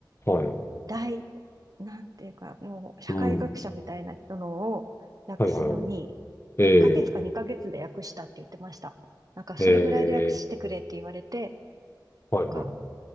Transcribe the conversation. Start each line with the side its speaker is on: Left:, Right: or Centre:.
Left: はい。
Right: 大、なんていうか、もう社会学者みたいな人のを訳すのに、
Left: うん。はいはい。ええ
Right: 1ヶ月か2ヶ月で訳したって言ってました。なんかそれぐらいで訳してくれって言われて、
Left: ええ、はいはいはい。
Right: なんか、